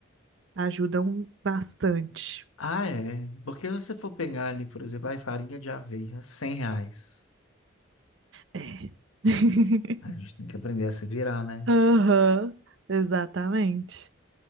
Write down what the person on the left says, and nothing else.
Ah, é. Porque se você for pegar ali, por exemplo, ai, farinha de aveia, 100 reais.
A gente tem que aprender a se virar, né?